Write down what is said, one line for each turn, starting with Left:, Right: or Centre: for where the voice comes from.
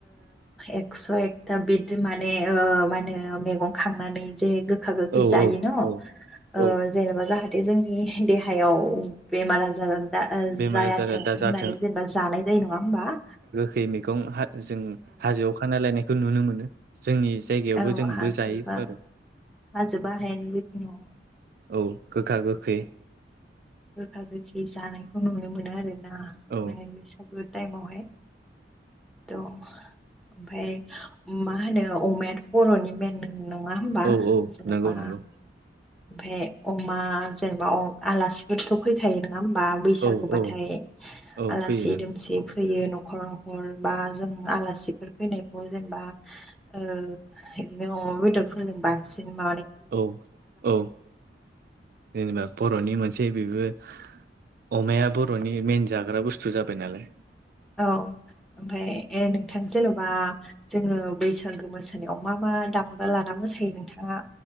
Centre: एकस' एकथा बिदि माने मा होनो मैगं खांनानै जे गोखा गोखै
Right: औ
Centre: जायो
Right: औ
Centre: न'
Right: औ औ
Centre: जेनेबा जाहाथे जों नि देहायाव बेमार आजार दा
Right: बेमार
Centre: जायाथों
Right: आजारा दा
Centre: होननानै
Right: जाथों
Centre: जेनेबा जानाय जायो नङा हबा
Right: ै मैगं जों हाजोआव खाना लायनायखौ नुनो मोनो जोंनि जायगायावबो
Centre: औ
Right: जोंबो
Centre: हाजोबा
Right: जायो आरो
Centre: हाजो बाहायनो जिखुनु
Right: औ गोखा गोखै
Centre: बिदियाव गोखा गोखै जानायखौ नुनो मोनो आरोना माने
Right: औ
Centre: बैसागो टाइमावहाय थ' ओमफाय मा होनो अमाय बर'नि मेन नङा हबा
Right: औ औ
Centre: जेन'बा
Right: नंगौ नंगौ
Centre: ओमफ्राय अमा जेनेबा आलासिफोरथ' फैखायो नङा होमबा बैसागोबाथाय
Right: औ औ औ
Centre: आलासि
Right: फैयो नों
Centre: दुमसि फैयो न'खर खलंखल बा जों आलासिफोर फैनायखौ जेनेबा बिदिनोदफोरलबा सनेम
Right: औ औ जेनेबा बर'नि मोनसे बेबो अमाया बर'नि मेन जाग्रा बुस्थु जाबाय नालाय
Centre: औ ओमफफ्राय नोंथां जेन'बा जोङो बैसागो मोसानायाव मा मा दामग्रा लाना मोसायो नोंथाङा